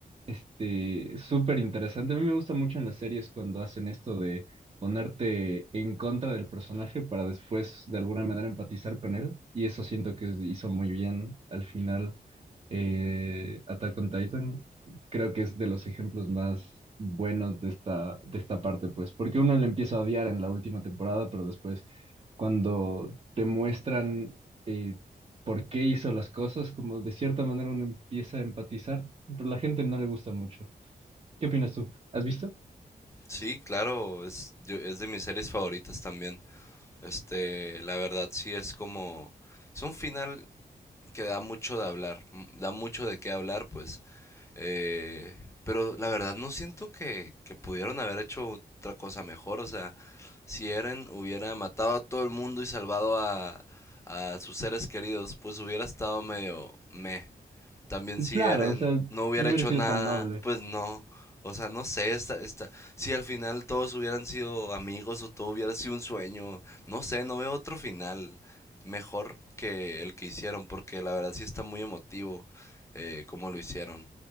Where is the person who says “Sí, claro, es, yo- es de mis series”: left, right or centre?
Left